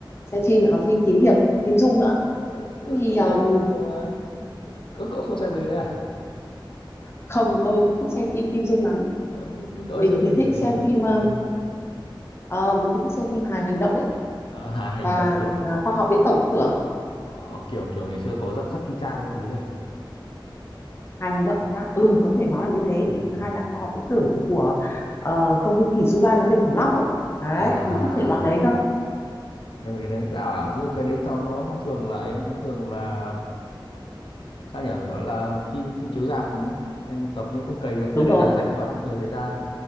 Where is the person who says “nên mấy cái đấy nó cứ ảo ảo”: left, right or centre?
Left